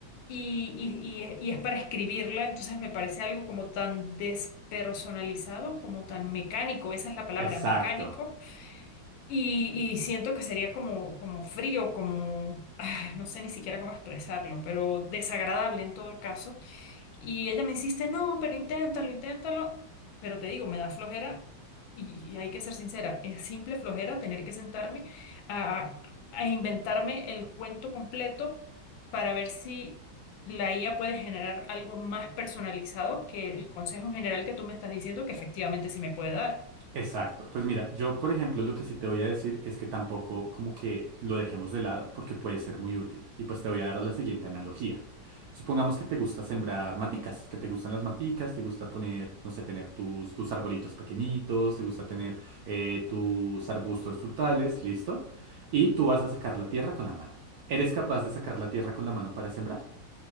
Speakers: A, on the left; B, on the right.
A: y, y, y, y es para escribirla, entonces me parece algo como tan despersonalizado, como tan mecánico, esa es la palabra,
B: exacto.
A: mecánico y, y siento que sería como, como frío, como, ah, no sé ni siquiera cómo expresarlo, pero desagradable en todo caso. Y ella me insiste, no, pero inténtalo, inténtalo. Pero te digo, me da flojera y, y hay que ser sincera, es simple flojera tener que sentarme a, a inventarme el cuento completo para ver si la IA puede generar algo más personalizado que el consejo general que tú me estás diciendo que efectivamente sí me puede dar.
B: Exacto. Pues mira, yo por ejemplo lo que sí te voy a decir es que tampoco como que lo dejemos de lado porque puede ser muy útil. Y pues te voy a dar la siguiente analogía. Supongamos que te gusta sembrar maticas, que te gustan las maticas, te gusta poner, no sé, tener tus, tus arbolitos pequeñitos, te gusta tener eh, tus arbustos frutales, listo. Y tú vas a sacar la tierra con la mano. ¿Eres capaz de sacar la tierra con la mano para sembrar?